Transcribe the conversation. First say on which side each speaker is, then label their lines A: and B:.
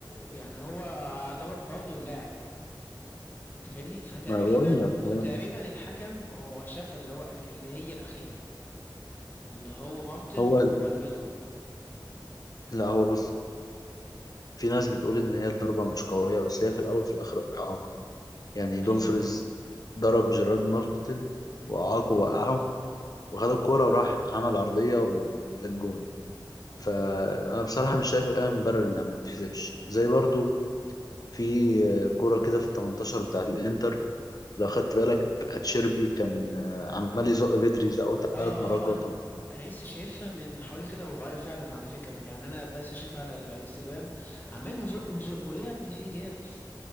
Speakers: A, on the left; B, on the left.
A: يعني هو ضرب برضه اللاعب انت فاهمني فتقريبا
B: ما بقول لك
A: فتقريبا
B: هو
A: الحكم هو شاف اللي هو اللي هي الاخيره اللي هو مارتن
B: هو
A: وهو اللي بيضرب
B: لا هو بص في ناس بتقول ان هي الضربة مش قوية بس هي في الاول وفي الاخر اعاقة يعني دومفريز
A: ايوه
B: ضرب جيرارد مارتن واعاقه وقعه وخد الكورة وراح عمل عرضية وجاب جون فانا بصراحة مش شايف اي مبرر انها ما تتحسبش زي برضو في كورة كده في ال 18 بتاعة الانتر لو خدت بالك اتشيربي كان عمال يزق بدري زقه
A: اه اه
B: ثلاث مرات جوه
A: آه، انا انا لسه شايفها من حوالي كده رباعية فعلا على فكره يعني انا بس شايفها على الانستجرام عمال يزق يزق ايه يا ابني في ايه يا ابني